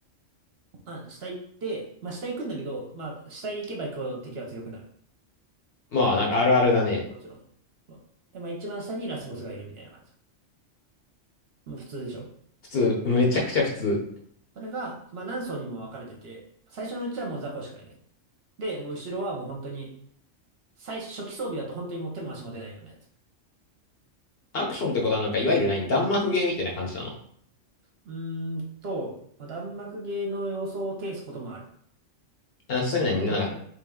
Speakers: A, on the right; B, on the left.
A: まあん、下行って、まあ下行くんだけど、まあ下行けばこう敵は強くなる。
B: まあ、なんかあるあるだね。
A: もちろん。まあで、まあ一番下にラスボスがいるみたいな感じ。まあ普通でしょ。
B: 普通、めちゃくちゃ普通。
A: 意外と。それが、まあ何層にも分かれてて、最初のうちはもう雑魚しかいない。で、もう後ろはもう本当に、最初期装備だと本当にもう手も足も出ないようなやつ。
B: アクションってことはなんか、いわゆる何、弾幕ゲーみたいな感じなの。
A: うーんと、まあ、弾幕芸の様相を呈すこともある。
B: あ、そういうのにねなんか、
A: えっと、